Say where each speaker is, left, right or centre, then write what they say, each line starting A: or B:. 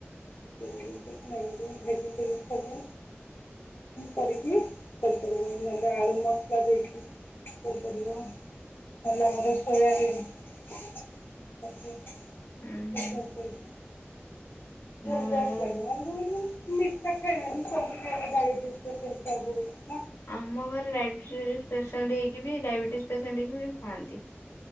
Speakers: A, on the left; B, on the left.
A: ହୁଁ <unintelligible> ଭେଜିଟେବୁଲ ଲାଗିକି ସବୁ କରିକିପାରିବ ନହେଲେ ଆଳୁ ମସଲା ଦେଇକି କରିପାରିବ ନହେଲେ ଆମର ସୋୟାବିନ୍
B: ହୁଁ ହୁଁ
A: ଆଚ୍ଛା। <unintelligible>
B: ମୁଁ
A: <unintelligible>
B: ଆମ ଘରେ ଡାଇବେଟିସ ପେସେଣ୍ଟ ଡାଇବେଟିସ ପେସେଣ୍ଟ ହେଇକି ବି ଡାଇବେଟିସ ପେସେଣ୍ଟ ହେଇକି ବି ଖାଆନ୍ତି।